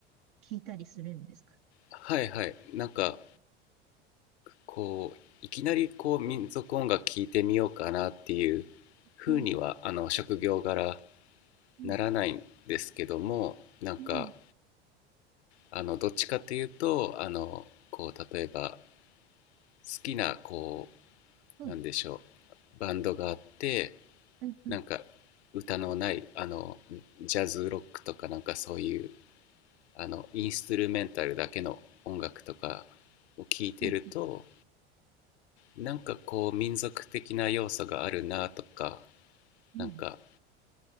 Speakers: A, on the right; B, on the left.
A: 聞いたりするんですか
B: はいはいなんかこういきなりこう民族音楽聴いてみようかなっていう風にはあの職業柄
A: うん、うん、うん、
B: ならないんですけどもなんか
A: う
B: あのどっちかというとあのこう例えば好きなこうなんでしょ
A: ん、
B: うバンドがあって
A: うん、うん、
B: なんか歌のないあのジャズロックとかなんかそういうあのインストゥルメンタルだけの音楽とかを聴いてると
A: うん、
B: なんかこう民族的な要素があるなとか
A: うん、
B: なんか